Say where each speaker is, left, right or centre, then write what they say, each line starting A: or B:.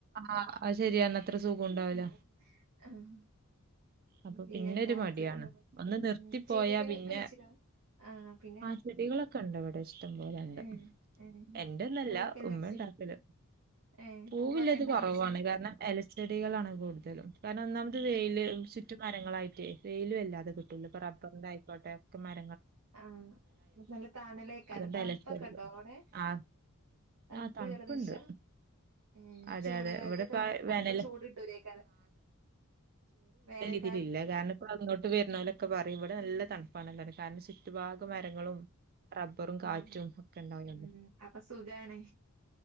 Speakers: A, on the right; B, on the right.
A: ആ അ ശെരിയന്ന അത്ര സുഖം ഉണ്ടാവില്ല.
B: ഉം ആഹ്
A: അപ്പൊ
B: പിന്നെന്താ
A: പിന്നൊരു മടിയാണ്
B: കൃ ഉം
A: ഒന്ന് നിർത്തി
B: ഉം.
A: പോയാ
B: ചെടികളൊക്കെ
A: പിന്നെ
B: കുഴിച്ചിടോ? ആഹ് പിന്നെ
A: ആ ചെടികളൊക്കെണ്ട്വ്ടെ ഇഷ്ടംപോലെ. ണ്ട്
B: ഏഹ് ഏഹ്
A: എന്റൊന്നല്ല
B: പൂവൊക്കെല്ലെ
A: ഉമ്മ ഉണ്ടാക്കല്.
B: ഏ
A: പൂവില്ലത്
B: പൂവൊക്കെ ഉണ്ടാകണ
A: കൊറവാണ്
B: ചെടി
A: കാരണം എലച്ചെടികളാണ് കൂടുതലും കാരണം ഒന്നാമത് വെയില്
B: ഏ
A: ചുറ്റും മരങ്ങളായിട്ട് വെയില് വല്ലാതെ കിട്ടൂല പ റബ്ബറിൻ്റായിക്കോട്ടെ കെ മര
B: ആ നല്ല താണലെയ്കാരം
A: അതുകൊണ്ട്
B: തണുപ്പൊക്കെണ്ടോ
A: അലർജി അധികം
B: അവടെ?
A: ആ
B: തണുപ്പ്ള്ള
A: ആ തണുപ്പുണ്ട്
B: പ്രദേശാ. ഉം
A: അതെ
B: ചൂട്
A: അതെ
B: കാലത്തൊക്കെ
A: ഇവിടെപ്പ വേനല്
B: അത്ര ചൂട് കിട്ടൂലേക്കാരം വേനൽ
A: ഇതില്ല കാരണം ഇപ്പോ ഇങ്ങോട്ടു വരുന്നൊലൊക്കെ പറയും ബടെ നല്ല തണുപ്പാണ്. കാരണം ചുറ്റുഭാഗം മരങ്ങളും റബ്ബറും കാറ്റും
B: ആ
A: ഒക്കെ ഉണ്ടാവണ്ട്
B: ഉം അപ്പൊ സുഖാണ്.